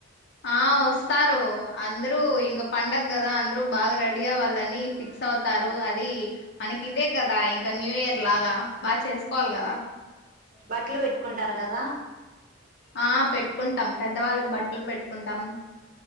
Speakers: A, on the left; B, on the right.
A: ఆ వస్తారు అందరూ ఇంగ పండగ కదా అందరు బాగా రెడీ అవ్వాలని ఫిక్స్ అవుతారు అది మనకి ఇదే కదా ఇంకా న్యూ ఇయర్ లాగా బాగా చేస్ కోవాలి కదా
B: బట్టలు పెట్టుకుంటారు కదా
A: ఆ పెట్టుకుంటాం పెద్దవాళ్ళకి బట్టలు పెట్టుకుంటాం